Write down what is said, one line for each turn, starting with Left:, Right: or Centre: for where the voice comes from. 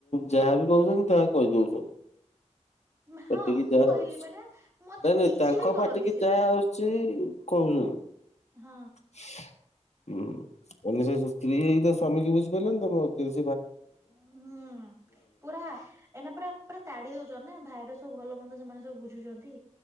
Left: ଯାହାବ କହୁଛନ୍ତି ତାହା କହି ଦଉଛୁ।
Right: ହଁ
Left: ପଟିକି
Right: ମୁଁ
Left: ଯାହା
Right: କହିଲି
Left: ଆସୁଛି
Right: ପରା ମତେ
Left: ନାଇଁ ନାଇଁ
Right: କିଛି
Left: ତାଙ୍କ
Right: ବି କରନ୍ତି
Left: ପାଟିକି
Right: ସେଠି
Left: ଯାହା ଆସୁଛି କହୁ
Right: ହଁ
Left: <unintelligible> ସ୍ତ୍ରୀ ହେଇ ତ ସ୍ୱାମୀ ବୁଝି ପାରିଲନି ତମେ ଅତି
Right: ହୁଁ ପୁରା ଏନା ପୁରା ପୁରା ତାଡି ଦଉଛ। ନା ଭାଇର ସବୁ ଭଲ ମନ୍ଦ ସେମାନେ ସବୁ ବୁଝୁଛନ୍ତି।